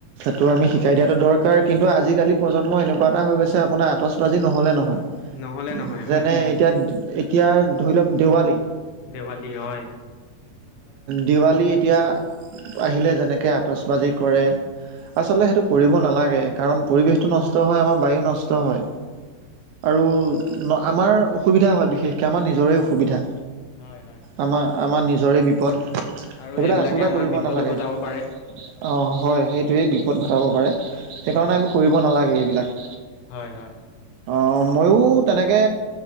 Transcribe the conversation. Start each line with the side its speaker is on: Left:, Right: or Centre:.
Right: তো আমি শিকাই দিয়াটো দৰকাৰ কিন্তু আজিকালি প্ৰজন্ম এনে কুৱা এটা হৈ গৈছে আপোনাৰ আতচ বাজি নহলে নহয়।
Left: নহ'লে নহয়
Right: যেনে
Left: হয়
Right: এতিয়া এতিয়া ধৰি লওক দেৱালী,
Left: দেৱালী হয়।
Right: দিৱালী এতিয়া আহিলে যেনেকৈ আটচবাজি কৰে। আচলতে সেইটো কৰিব নালাগে কাৰণ পৰিৱেশটো নষ্ট হয় আমাৰ বায়ু নষ্ট হয়। আৰু ন আমাৰ অসুবিধা হয় বিশেষকে আমাৰ নিজৰে অসুবিধা।
Left: হয়, হয়।
Right: আমাৰ আমাৰ নিজৰে বিপদ সেইবিলাক
Left: আৰু সেইবিলাকে
Right: আচলতে
Left: আমাক
Right: কৰিব
Left: বিপদো
Right: নালাগে।
Left: ঘটাব
Right: অ'
Left: পাৰে
Right: হয় সেইটোৱেই বিপদ ঘটাব পাৰে সেইকাৰণে
Left: হয়
Right: আমি কৰিব নালাগে এইবিলাক।
Left: হয়, হয়।
Right: অ' ময়ো তেনে কে